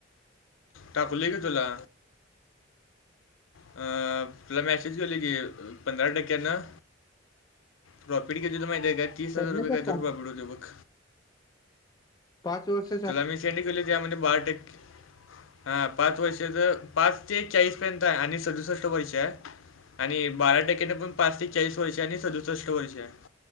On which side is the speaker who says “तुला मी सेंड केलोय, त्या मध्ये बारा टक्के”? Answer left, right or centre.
Left